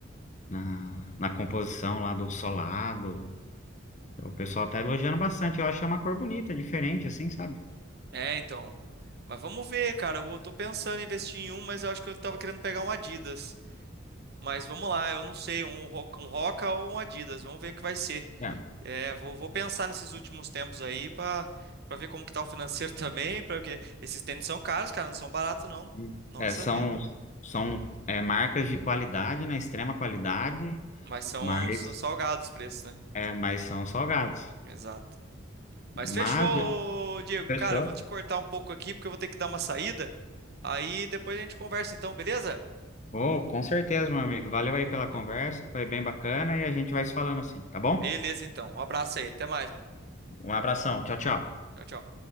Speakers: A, on the left (about 35°); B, on the right (about 55°).
A: na, na composição lá do solado. O pessoal tá elogiando bastante. Eu achei uma cor bonita, diferente, assim, sabe?
B: É, então. Mas vamos ver, cara. Eu vou- tô pensando em investir em um, mas eu acho que eu tava querendo pegar um Adidas. Mas vamos lá, eu não sei, um, Ro- um Roca ou um Adidas. Vamos ver o que vai ser.
A: É,
B: É, vou, vou pensar nesses últimos tempos aí pra para ver como que tá o financeiro <laughs> também, para porque esses tênis são caros, cara, não são baratos não.
A: e-
B: Nossa
A: é, são
B: vida.
A: são é, marcas de qualidade, né? Extrema qualidade,
B: Mas são,
A: mas,
B: são salgados os preços, né?
A: é, mas são salgados.
B: Exato. Mas
A: Mas,
B: fechou, Diego.
A: fechou.
B: Cara, eu vou te cortar um pouco aqui porque eu vou ter que dar uma saída. Aí depois a gente conversa então, beleza?
A: Oh, com certeza, meu amigo. Valeu aí pela
B: Então,
A: conversa, foi bem bacana e a gente vai se falando assim, tá bom?
B: beleza então. Um abraço aí, até mais, mano.
A: Um abração. Tchau, tchau.
B: Tchau, tchau.